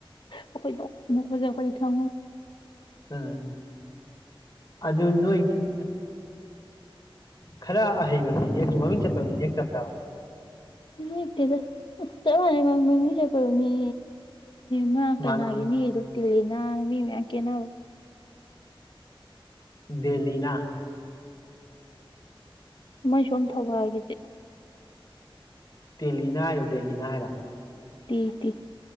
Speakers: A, on the left; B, on the left.
A: ꯈꯣꯏꯁꯤ ꯅꯖ ꯀꯣꯏꯗꯤ ꯊ
B: ꯑꯥ ꯑꯗꯨ ꯅꯣꯏꯒꯤ ꯈꯔ ꯍꯕ ꯃꯤꯅꯤ ꯃꯃꯤꯡ ꯆꯠꯄ ꯃꯤꯅꯦ ꯐ꯭ꯔꯕ
A: ꯃꯤꯗ ꯑ ꯆ ꯃꯥꯅꯦ ꯃꯃꯤ ꯆ ꯀꯣꯅꯤ ꯅ ꯍꯥ ꯀꯦꯅꯒꯦꯅꯤꯨ
B: ꯃꯥꯟ
A: ꯇꯅ ꯃꯤ ꯌꯥꯀꯦꯅꯕ
B: ꯗꯦꯂꯤꯅ
A: ꯃꯣꯏ ꯁꯣꯝ ꯊꯧꯒꯥꯜꯒꯤꯗꯤ
B: ꯇꯦꯂꯤꯅ ꯍꯥꯏꯔ ꯗꯦꯂꯤꯅ ꯍꯥꯏꯔ
A: ꯇ ꯇ